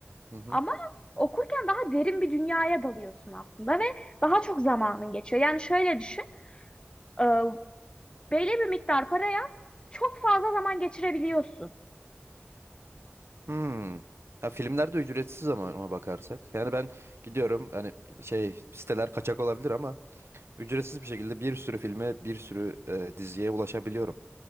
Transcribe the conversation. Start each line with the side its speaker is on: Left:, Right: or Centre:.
Right: Hı hı.
Left: Ama okurken daha derin bir dünyaya dalıyorsun aslında ve daha çok zamanın geçiyor. Yani şöyle düşün. e, Belli bir miktar paraya çok fazla zaman geçirebiliyorsun.
Right: Hmm. Ha, filmler de ücretsiz ama ona bakarsak. Yani ben gidiyorum hani şey siteler kaçak olabilir ama ücretsiz bir şekilde bir sürü filme bir sürü e, diziye ulaşabiliyorum.